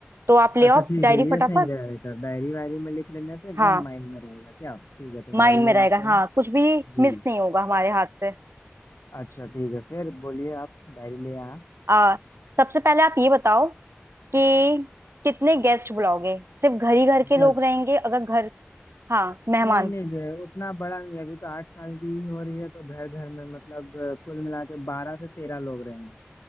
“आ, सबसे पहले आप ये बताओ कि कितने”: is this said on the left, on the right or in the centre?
Right